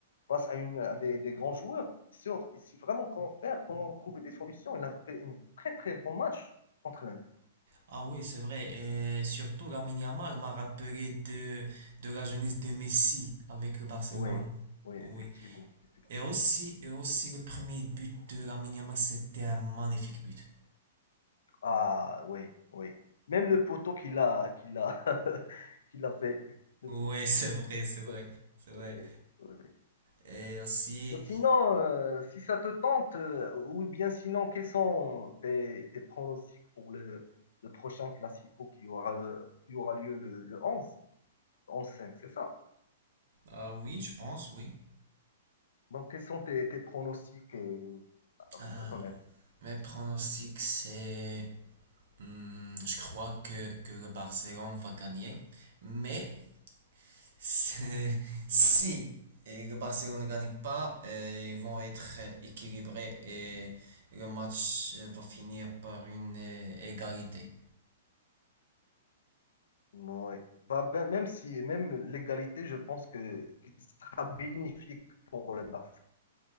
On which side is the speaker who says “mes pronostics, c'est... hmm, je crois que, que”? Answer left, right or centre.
Right